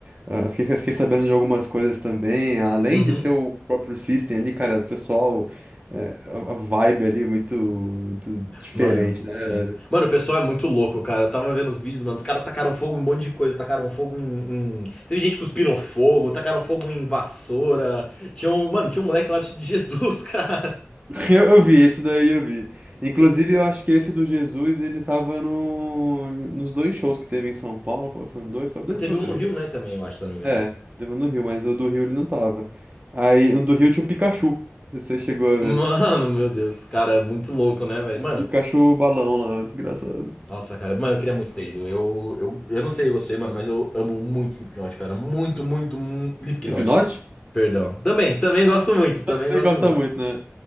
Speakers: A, on the right (about 30°); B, on the left (about 20°).
A: ah, fiquei, fiquei sabendo de algumas coisas também. Além
B: Uhum.
A: de ser o próprio System ali, cara, o pessoal. é, a a vibe ali é muito, muito diferente,
B: Mano,
A: né?
B: sim. Mano, o pessoal é muito louco, cara. Eu tava vendo os vídeos, mano. Os caras tacaram fogo em um monte de coisa. Tacaram fogo em, em- Teve gente que cuspiram fogo, tacaram fogo em vassoura. Tinha um... Mano, tinha um moleque lá vestido de Jesus, <laughs> cara.
A: <laughs> Eu, eu vi, esse daí eu vi. Inclusive, eu acho que esse do Jesus, ele tava no, nos dois shows que teve em São Paulo. Foi, foram dois? foram dois
B: Teve
A: ou foram
B: um
A: três?
B: no Rio, né, também, eu acho, se eu não me engano.
A: É, teve um no Rio, mas o do Rio ele não tava. Aí, no do Rio tinha um Pikachu. Você chegou a ver.
B: Mano, meu Deus, cara, é muito louco, né, velho?
A: Um
B: Mano,
A: Pikachu balão lá, muito engraçado.
B: nossa, cara, mano, eu queria muito ter ido. Eu, eu, eu não sei você, mano, mas eu amo muito Slipknot, cara. Muito, muito, mu- Slipknot.
A: Slipknot?
B: Perdão. Também, também gosto muito, também
A: Também
B: gosto
A: gosta
B: muito.
A: muito, né?